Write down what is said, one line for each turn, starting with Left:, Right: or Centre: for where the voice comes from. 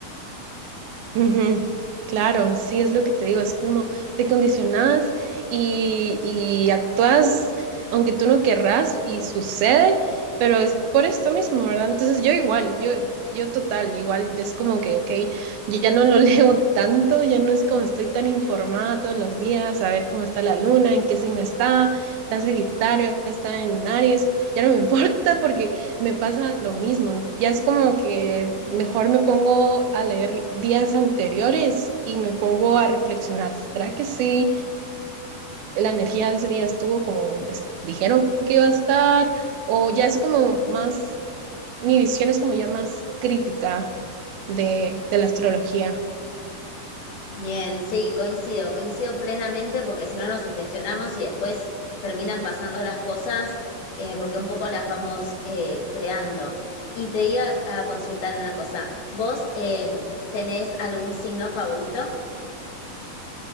Right: Ujú, Claro, sí es lo que te digo, es como te condicionás y, y actúas aunque tú no querrás y sucede, pero es por esto mismo, ¿verdad? Entonces yo igual, yo, yo total, igual es como que, ok, yo ya no lo <laughs> leo tanto, ya no es como estoy tan informada todos los días, a ver cómo está la luna, en qué signo está, está en Sagitario, está en Aries, ya no me <laughs> importa porque me pasa lo mismo. Ya es como que mejor me pongo a leer días anteriores y me pongo a reflexionar. ¿Será que sí? la energía de ese día estuvo como es- dijeron que iba a estar, o ya es como más, mi visión es como ya más crítica de, de la astrología.
Left: Bien, sí, coincido, coincido plenamente porque si no nos sugestionamos y después terminan pasando las cosas eh, porque un poco las vamos eh, creando. Y te iba a consultar una cosa. ¿Vos eh, tenés algún signo favorito?